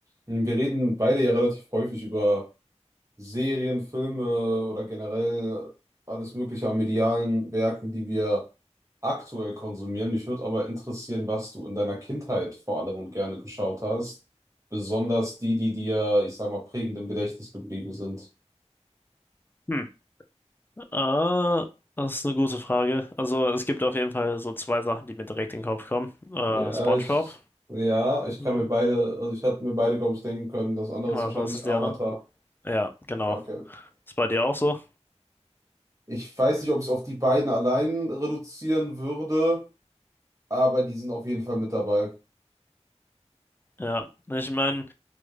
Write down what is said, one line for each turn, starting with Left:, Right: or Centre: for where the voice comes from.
Right: Wir reden beide ja relativ häufig über Serien, Filme oder generell alles Mögliche an medialen Werken, die wir aktuell konsumieren. Mich würde aber interessieren, was du in deiner Kindheit vor allem und gerne geschaut hast. Besonders die, die dir, ich sag mal, prägend im Gedächtnis geblieben sind.
Left: Hm. Äh, das ist eine gute Frage. Also es gibt auf jeden Fall so zwei Sachen, die mir direkt in den Kopf kommen. Äh,
Right: Ja,
Left: SpongeBob.
Right: ich, ja, ich kann
Left: Ja.
Right: mir beide, also ich hatte mir beide, glaube ich, denken können. Das andere
Left: Was,
Right: ist wahrscheinlich
Left: was ist
Right: Avatar.
Left: der, ne? Ja, genau.
Right: Okay.
Left: Ist bei dir auch so?
Right: Ich weiß nicht, ob ich es auf die beiden allein reduzieren würde. aber die sind auf jeden Fall mit dabei.
Left: Ja. Ich meine,